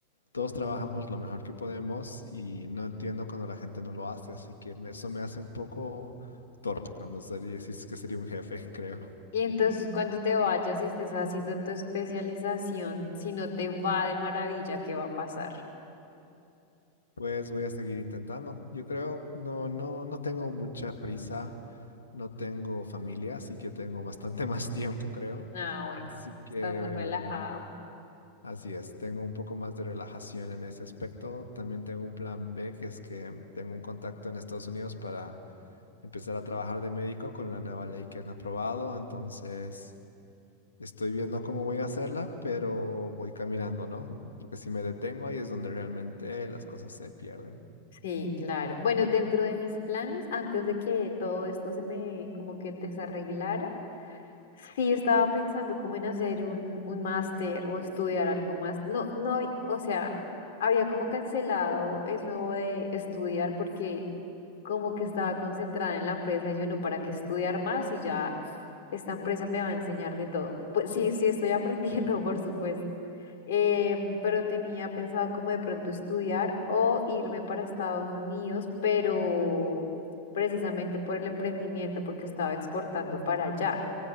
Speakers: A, on the left; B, on the left.
A: todos trabajamos lo mejor que podemos y no entiendo cuando la gente no lo hace, así que me- eso me hace un poco torpe cuando sería, si es que sería un jefe, <laughs> creo.
B: Y entonces cuando te vayas y estés haciendo tu especialización, si no te va de maravilla, ¿qué va a pasar?
A: Pues voy a seguir intentando. Yo creo, no, no, no tengo mucha prisa, no tengo familia, así que tengo bastante <laughs> más tiempo, creo.
B: Ah, bueno,
A: Así que,
B: estás más relajado.
A: mm, así es, tengo un poco más de relajación en ese aspecto. También tengo un plan B, que es que tengo un contacto en Estados Unidos para empezar a trabajar de médico con la nueva ley que han aprobado. Entonces, estoy viendo cómo voy a hacerla, pero voy caminando, ¿no? Porque si me detengo ahí es donde realmente las cosas se pierden.
B: Sí, claro. Bueno, dentro de mis planes, antes de que todo esto se me como que desarreglara, Sí, estaba pensando como en hacer un, un máster o estudiar algo más. No, no, o sea, había como cancelado eso de estudiar porque como que estaba concentrada en la empresa y yo no, ¿para qué estudiar más? Y ya esta empresa me va a enseñar de todo. Pues sí, sí estoy aprendiendo, <laughs> por supuesto. Em, pero tenía pensado como de pronto estudiar o irme para Estados Unidos, pero precisamente por el emprendimiento, porque estaba exportando para allá.